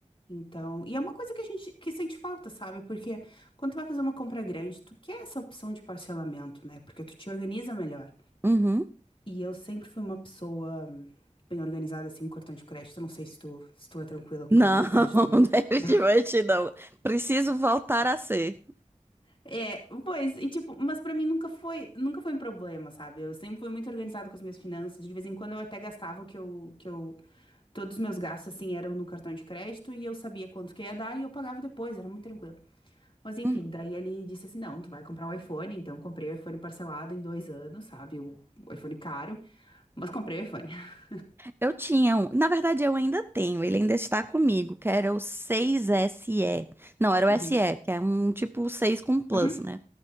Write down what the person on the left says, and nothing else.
Então, e é uma coisa que a gente que sente falta, sabe? Porque quando tu vai fazer uma compra grande, tu quer essa opção de parcelamento, né? Porque tu te organiza melhor.
E eu sempre fui uma pessoa bem organizada, assim, com cartão de crédito. Eu não sei se tu, se tu é tranquila com
cartão de
crédito ou não.
<laughs>
É, pois, e tipo, mas pra mim nunca foi, nunca foi um problema, sabe? Eu sempre fui muito organizada com as minhas finanças. De vez em quando eu até gastava o que eu, que eu, todos os meus gastos, assim, eram no cartão de crédito e eu sabia quanto que ia dar e eu pagava depois, era muito tranquilo. Mas enfim,
daí ele disse assim, não, tu vai comprar o iPhone, então comprei o iPhone parcelado em dois anos, sabe? O, o iPhone caro, mas comprei o iPhone. <laughs>
Uhum.
Uhum.